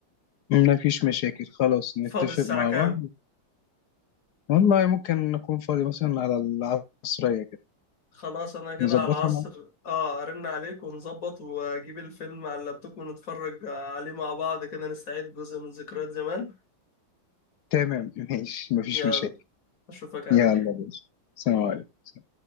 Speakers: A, on the left; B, on the left.
A: وما فيش مشاكل خلاص نتفق
B: فاضي الساعة
A: مع
B: كام؟
A: بعض والله ممكن نكون فاضي مثلا على العصرية كده
B: خلاص انا كده
A: نظبطها
B: على العصر
A: مع
B: اه ارن عليك ونظبط واجيب الفيلم على اللابتوب ونتفرج عليه مع بعض كده نستعيد جزء من ذكريات زمان
A: تمام <laughs> ماشي مفيش
B: يلا
A: مشاكل
B: اشوفك على
A: يلا
B: خير
A: بينا سلام عليكم